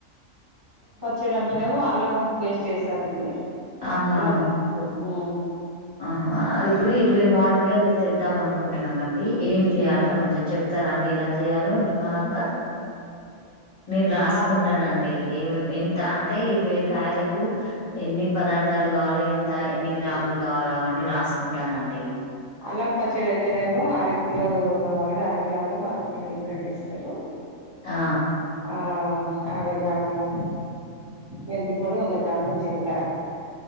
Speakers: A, on the right; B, on the left.
A: చెడు అంటునేమో అళ్లము వేస్ట్ చేస్తారండి
B: అవునా
A: అలా ఆ
B: ఆహా ఇప్పుడు ఇరవై మామిడికాయలు తెద్దాం అనుకుంటున్నామండి ఏం చేయాలో
A: ఆ
B: కొంచెం చెప్తారా అండి ఎలా చేయాలో నిమ్మలంగా నేను రాసుకుంటానండి
A: ఆ
B: ఏమేమి ఎంత అంటే ఇరవై కాయలకు ఎన్ని పదార్థాలు కావాలి ఎంత ఎన్ని గ్రాములు కావాల అవన్నీ రాసుకుంటానండి.
A: అల్లం పచ్చిడి ఐతేనేమో అరకిిలో కావాలని అరకిలో అల్లం అరకిలో ఇల్లుగడ్డ వేస్తారు.
B: ఆ
A: ఆ యావై గ్రామ్లా మెంతి పొడి ఒంద గ్రామ్ల జీలకార